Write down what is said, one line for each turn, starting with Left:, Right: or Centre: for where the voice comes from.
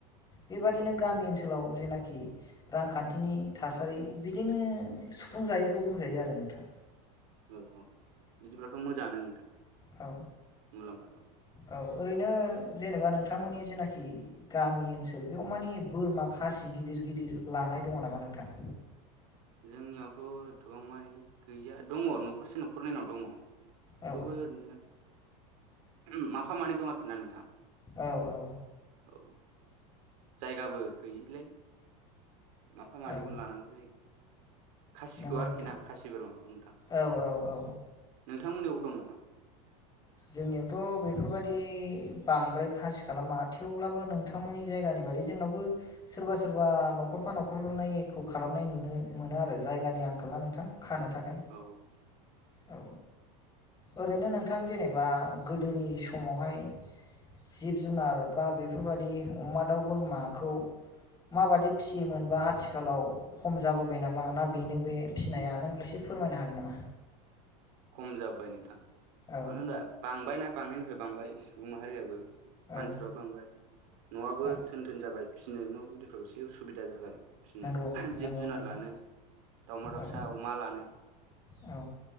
Left: बेबादिनो
Right: औ
Left: गामि ओनसोलाव जेनाखि रांखान्थिनि थासारि बिदिनो सुफुंजायैखौ बुंजायो आरो नोंथां
Right: औ औ बिदिब्लाथ' मोजांङानो नोंथां
Left: औ
Right: मुलाम्फा दं
Left: औ ओरैनो जेनेबा नोंथांमोननि जेनाखि गामि ओनसोल बेयाव मानि बोरमा खासि गिदिर गिदिर लानाय दङ नामा नोंथां?
Right: जोंनियावथ' एथ'बां मानि गैया दंङ न'खरसे न'खरनैनाव दंङ थेवबो
Left: औ
Right: ओरैनो ओम माफा-मानै दं आरोखि ना नोंथां
Left: औ औ
Right: औ जायगाबो गोयैलाय माफा मानैखौनो
Left: औ
Right: लानांगौ जायो खासिखौ
Left: नंगौ
Right: आरोखि
Left: नोंथां
Right: ना खासि बोरमाखौ नोंथां
Left: औ औ औ
Right: नों थांमोननियावबो दं नामा?
Left: जोंनियावथ' बेफोरबादि बांद्राय खासि खालामा थेवब्लाबो नोंथांमोननि जायगानि जोंनावबो सोरबा सोरबा न'खरफा न'खरनैखौ खालामनाय नुनो मोनो आरो जायगानि आं ना नोंथां खानो थाखाय
Right: औ
Left: औ ओरैनो नोंथां जेने बा गोदोनि समावहाय जिब जुनार बा बेफोरबादि अमा, दाउ, बोरमाखौ माबादि फियोमोन बा आथिखालाव खम जाबोबाय नामा ना बेनो बे फिनाया नों एसे फोरमायनो हागोन नामा?
Right: <unintelligible> खम जाबोबाय नोंथां
Left: औ
Right: मानो होनबा बांबायना बांनायनिफ्राय बांबाय सुबुं माहारियाबो
Left: औ
Right: मानसिफ्राबो बांबाय न'आबो
Left: औ
Right: थोन थोन जाबाय फिसिनो न' गुदिफ्राव एसे उसुबिदा जाबाय फिनो
Left: नंगौ
Right: जिब-जुनार
Left: नंगौ नंगौ
Right: लानो दावमा-दाउसा
Left: औ
Right: अमा लानो
Left: औ